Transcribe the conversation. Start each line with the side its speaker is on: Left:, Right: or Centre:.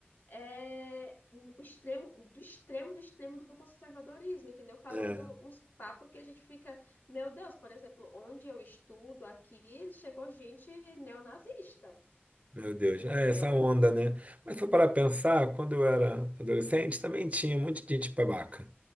Left: é, um o extremo, do extremo do extremo do conservadorismo, entendeu? Falando
Right: é.
Left: uns papos que a gente fica, meu Deus, por exemplo, onde eu estudo aqui, chegou gente neonazista,
Right: Meu Deus,
Left: entendeu?
Right: é essa onda, né? Mas se for para pensar, quando eu era adolescente, também tinha um monte de gente babaca.